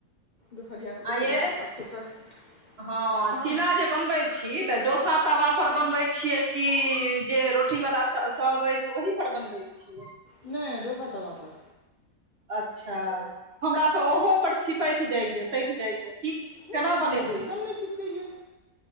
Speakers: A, on the left (about 40°); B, on the right (about 45°).
A: दुपहरियामे दुपहरिया
B: आ ये
A: के बात सोचल जेतै
B: हँ
A: हां।
B: चीला जे बनबै छी तऽ डोसा तवा पर बनबै छियै कि जे रोटी बाला त कहबै अछि ओहि पर बनबै छीयै।
A: नहि दोसर तावा पर।
B: अच्छा हमरा तऽ ओहो पर चिपैक जाइया सठि जाइय। की
A: नहि
B: केना
A: हमरा
B: बनेबै?
A: तऽ एकदम नहि चिपकैए